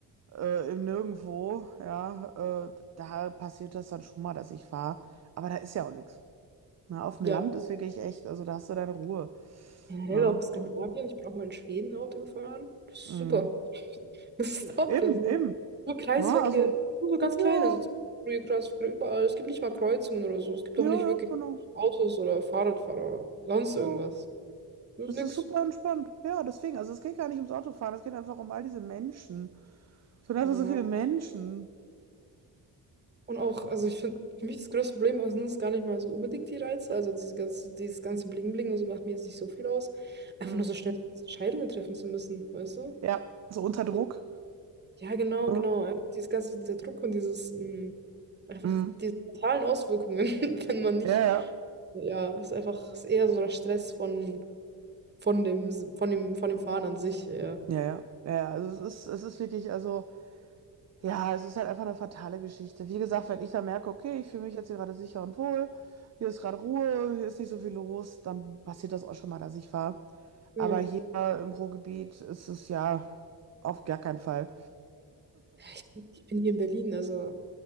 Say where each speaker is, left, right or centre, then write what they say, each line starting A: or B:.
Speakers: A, on the right (about 40°); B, on the right (about 25°).
A: äh, im Nirgendwo, ja, äh, da passiert das dann schon mal, dass ich fahre. Aber da ist ja auch nichts. Na, auf dem
B: Ja,
A: Land ist wirklich echt, also da hast du deine Ruhe.
B: generell
A: Na,
B: auch Skandinavien. Ich bin auch mal in Schweden Auto gefahren. Das ist
A: mm.
B: super. <laughs> Das ist top.
A: Eben,
B: Das ist so
A: eben.
B: nur Kreisverkehr,
A: Na, also,
B: nur so ganz
A: ja,
B: kleine Also Kreisverkehr überall. Es gibt nicht mal Kreuzungen oder so. Es gibt
A: ja,
B: auch nicht
A: ja,
B: wirklich
A: genau.
B: Autos oder Fahrradfahrer oder sonst
A: Ja.
B: irgendwas. Das
A: Es
B: ist nix.
A: ist super entspannt. Ja, deswegen, also es geht gar nicht ums Autofahren, es geht einfach um all diese Menschen. Es sind einfach
B: Ja,
A: so viele Menschen.
B: Und auch, also ich finde, für mich das größte Problem sind es gar nicht mal so unbedingt die Reize. Also diese ganze, dieses ganze Bling-Bling und so macht mir jetzt nicht so viel aus. Einfach
A: Mhm.
B: nur so schnell Entscheidungen treffen zu müssen, weißt du?
A: Ja, so unter Druck.
B: So. Ja, genau,
A: ne?
B: genau. Einfach dieses ganze, dieser Druck und dieses, mh, einfach
A: Mhm.
B: diese mentalen Auswirkungen, <laughs> wenn man nicht,
A: Ja, ja,
B: ja, ist einfach, ist eher so der Stress von, von dem, von dem, von dem Fahren an sich, ja.
A: ja, ja, ja. ja. Also es ist, es ist wirklich, also. Ja, es ist halt einfach eine fatale Geschichte. Wie gesagt, wenn ich da merke, okay, ich fühle mich jetzt hier gerade sicher und wohl, hier ist gerade Ruhe, hier ist nicht so viel los, dann passiert das auch schon mal, dass ich fahre.
B: Ja,
A: Aber hier im Ruhrgebiet ist es ja auf gar keinen Fall.
B: Ja, ich, bin- ich bin hier in Berlin, also,